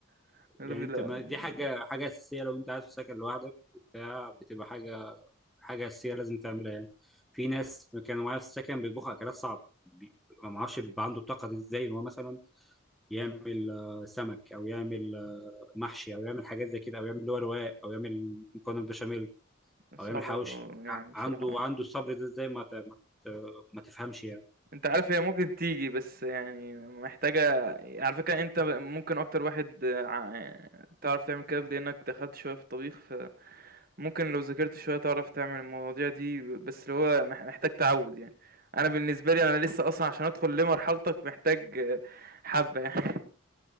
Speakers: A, on the right; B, in the centre.
A: <laughs> لا
B: يعني انت
A: لا
B: ما دي حاجه
A: يعني
B: حاجه اساسيه لو انت قاعد في سكن لوحدك وبتاع بتبقى حاجه حاجه اساسيه لازم تعملها يعني في ناس كانوا معايا في السكن بيطبخوا اكلات صعبه بي- ما اعرفش بيبقى عنده الطاقه دي ازاي إن هو مثلا يعمل آه، سمك او يعمل آه، محشي او يعمل حاجات زي كده او يعمل اللي هو رواق او يعمل مكرونه بشاميل
A: صعبة
B: او يعمل حواوشي
A: يعني
B: ع-
A: بصراحة
B: عنده عنده الصبر ده ازاي ما ت- ما ت- ما تفهمش يعني
A: انت عارف هي ممكن تيجي بس يعني محتاجة على فكرة انت ممكن اكتر واحد آه، ع- تعرف تعمل كده لانك دخلت شوية في الطبيخ ممكن لو ذاكرت شوية تعرف تعمل المواضيع دي، بس اللي هو مح محتاج تعوّد يعني. أنا بالنسبة لي أنا لسه أصلًا عشان أدخل لمرحلتك محتاج آه، حبّة يعني.